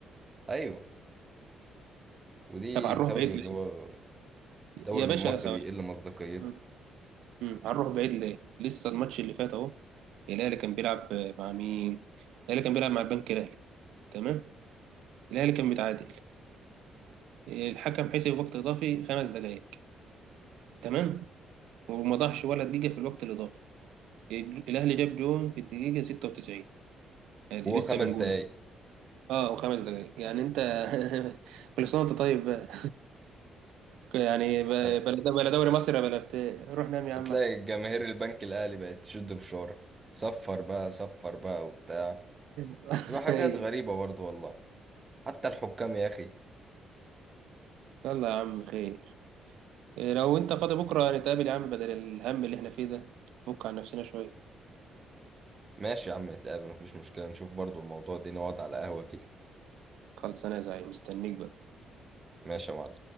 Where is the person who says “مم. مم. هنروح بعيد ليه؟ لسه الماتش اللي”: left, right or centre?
Right